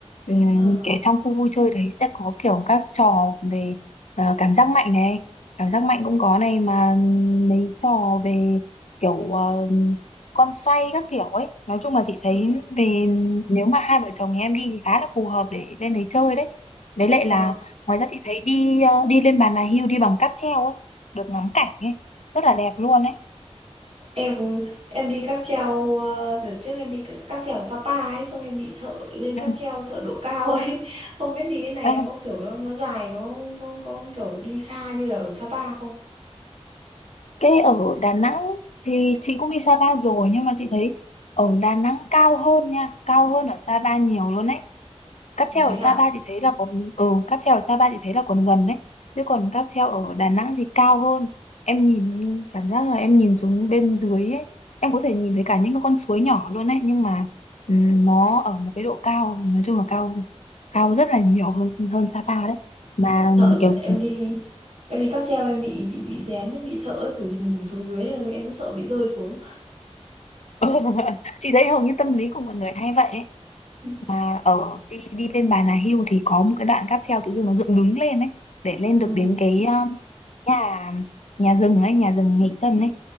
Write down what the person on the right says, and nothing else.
Ờ,
ờ,
vâng
em em đi cáp treo ờ, đợt trước em đi c- cáp treo ở Sapa ấy xong em bị sợ lên
cáp treo sợ độ cao ấy <laughs> không biết đi cái này
nó có kiểu nó nó dài nó có, có kiểu đi xa như là ở Sapa không
Ừ.
thế
à
sợ nhỉ
em đi em đi cáp treo em bị bị bị rén ấy, bị sợ ấy bởi vì nhìn xuống dưới là em cứ sợ bị rơi xuống
<laughs>
ừ